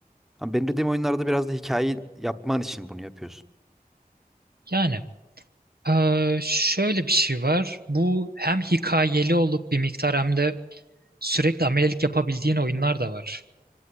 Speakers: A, in the centre; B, on the right.
A: Ama benim dediğim oyunlarda biraz da hikayeyi yapman için bunu yapıyorsun.
B: Yani eee, şöyle bir şey var. Bu hem hikayeli olup bir miktar hem de sürekli amelelik yapabildiğin oyunlar da var.